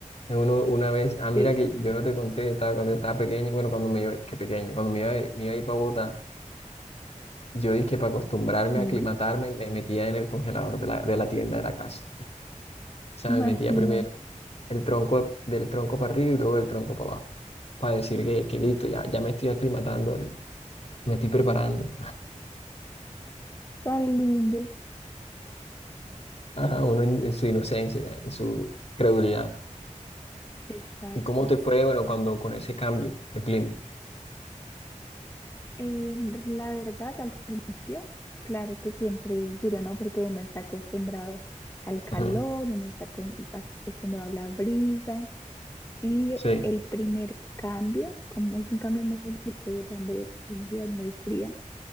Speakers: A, on the left (about 50°); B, on the left (about 20°).
A: Y Uno, una vez, ah, mira
B: Sí,
A: que yo no te conté, estaba, cuando estaba pequeño, bueno, cuando me iba, que pequeño, cuando me iba, a- ir- me iba a ir para Bogotá, yo dije que para acostumbrarme
B: Mm,
A: a aclimatarme, me metía en el congelador de la, de la tienda de la casa. O sea,
B: Imagínate,
A: me metía primero el tronco del tronco para arriba y luego el tronco para abajo, para decir que, que listo, ya, ya me estoy aclimatando, me estoy preparando.
B: tan lindo.
A: Ajá, uno en en su inocencia, ya, en su credulidad.
B: exacto.
A: ¿Y cómo te fue, bueno, cuando con ese cambio de clima?
B: Eh, la verdad, al principio, claro que siempre es duro, ¿no? Porque uno está acostumbrado al calor,
A: Ajá,
B: uno está acon- acostumbrado a la brisa y
A: Sí,
B: el primer cambio, como es un cambio muy brusco, ¿verdad? En Bogotá es una ciudad muy fría,